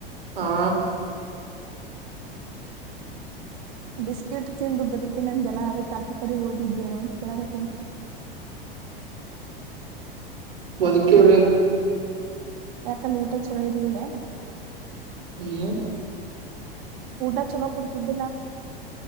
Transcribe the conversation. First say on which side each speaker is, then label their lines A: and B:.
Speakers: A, on the right; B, on the right.
A: ಹಾ.
B: ಬಿಸ್ಕಿಟ್ ತಿಂದು ಬದಕಕ್ಕೆ ನಾನ ದಲದ ಕಾಟುಪರಿ ಓದಿದ್ದೇನೋ ಕೇಳದ ತಿ.
A: ಬದುಕರ.
B: ಯಕ ಊಟ ಚಲ ಇರ್ಲಿಲ್ಲನಾ.
A: ಹ್ಮ.
B: ಊಟ ಚಲೋ ಕುಡ್ತಿದ್ದಿಲ್ಲ.